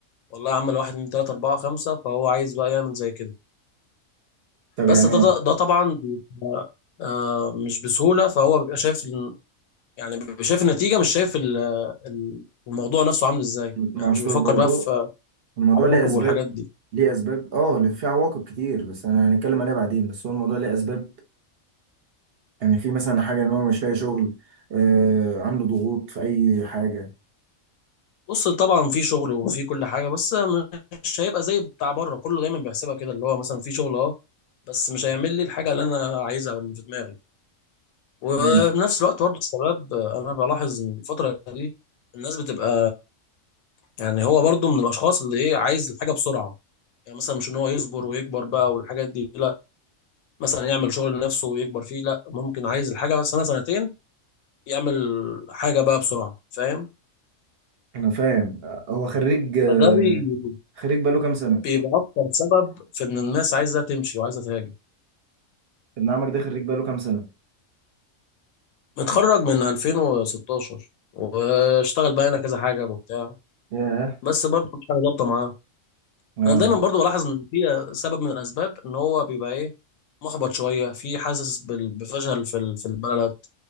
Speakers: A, on the left; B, on the right.
A: والله يا عم الواحد من تلاتة أربعة خمسة فهو عايز بقى يعمل زي كده
B: طب
A: بس
B: يعني
A: ده ده ده طبعا بيبقى آه، مش بسهولة فهو بيبقى شايف ال- يعني بيبقى شايف النتيجة مش شايف ال- ال- الموضوع نفسه عامل ازاي
B: ما
A: يعني
B: اصل
A: مش بيفكر
B: الموضوع
A: بقى في
B: الموضوع
A: عواقب
B: ليه اسباب
A: والحاجات دي
B: ليه اسباب اه ليه- في عواقب كتير بس انا هنتكلم عليها بعدين بس هو الموضوع ليه اسباب يعني في مثلا حاجة ان هو مش لاقي شغل آه عنده ضغوط في اي حاجة
A: بص طبعا في شغل وفي كل حاجة بس مش هيبقى زي بتاع بره كله دايما بيحسبها كده اللي هو مثلا في شغل اه بس مش هيعمل لي الحاجة اللي انا عايزها او اللي في دماغي وبنفس
B: امم
A: الوقت برضه الشباب آه، انا بلاحظ إن الفترة دي الناس بتبقى يعني هو برضه من الاشخاص اللي ايه عايز الحاجة بسرعة يعني مثلا مش ان هو يصبر ويكبر بقى والحاجات دي لا مثلا يعمل شغل لنفسه ويكبر فيه لا ممكن عايز الحاجه سنه سنتين يعمل حاجه بقى بسرعه فاهم
B: انا فاهم آه، هو خريج آه،
A: فده بي-
B: خريج بقاله كام سنة
A: بيبقى اكتر سبب في ان الناس عايزه تمشي وعايزه تهاجر
B: ابن عمك ده خريج بقاله كام سنة
A: متخرج من 2016 واشتغل بقى هنا كذا حاجه وبتاع
B: ياه
A: بس برضه مش حاجه ظابطه معاه
B: اه
A: انا دايما برضه بلاحظ ان في سبب من الاسباب ان هو بيبقى ايه محبط شويه في حاسس بال- بفشل في ال- في البلد